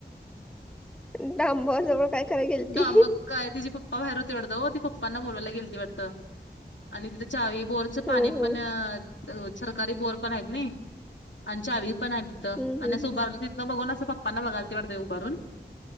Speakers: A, in the centre; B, on the left.
A: डांबावाजवळ काय करायला गेलती
B: दा मक्काय तीजे प प्पा बाहेर होते वाटतं ओ ती पप्पांना बोलायला गेलती वाटतं आणि तिथ चावी बोरच
A: हं
B: पाणी
A: हं
B: पण सरकारी बोर पण हायत नय आणि चावी पण आहे तिथं
A: हं हं
B: आणि असं उभारलं तिथ बघून असं पप्पांना बघालती वाटते उभारून